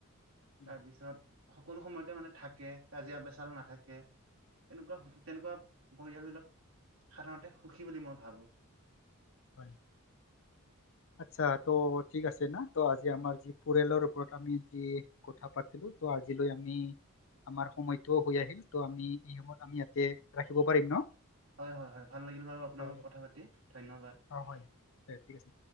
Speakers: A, on the left; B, on the right.
A: উম,
B: তাৰপিছত সকলো সময়তে মানে থাকে, কাজিয়া পেচাল নাথাকে। তেনেকুৱা-তেনেকুৱা পৰিয়ালবিলাক সাধাৰণতে সুখী বুলি মই ভাবোঁ।
A: হয়।
B: <inaudible>
A: আচ্ছা ত' ঠিক আছে না ত' আজি আমাৰ যি পৰিয়ালৰ ওপৰত আমি যি কথা পাতিলো ত আজিলৈ আমি আমাৰ সময়ত হৈ আহিল ত' আমি এই সময়ত আমি ইয়াতে ৰাখিব পাৰিম ন?
B: হয় হয় হয়, ভাল লাগিল বাৰু আপোনাৰ
A: হ'ব
B: লগত
A: দে
B: কথা পাতি, ধন্যবাদ।
A: অ', হয় ঠিক আছে।